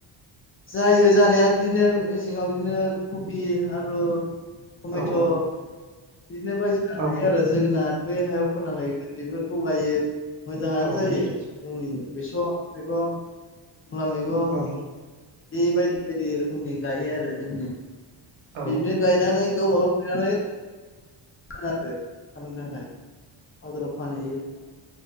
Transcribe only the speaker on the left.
जायो जानाया बिदिनो मेसेङाव बिदिनो कबि आलु टमेट'
बिदिनो बायदिसिना
गायो आरो जोगोनार बे हायाव फोनो <inaudible> बेफोरखौ गायो। मोजाङानो
जायो जोंनिजों बेसर मैगं मुला मैगं
बेबायदि बायदि रोखोमनि गायो आरो जोंनिजों।
बिदिनो गायनानै गावबा गाव गायनानै आरो फाननो थाखाय बाजाराव फानहैयो।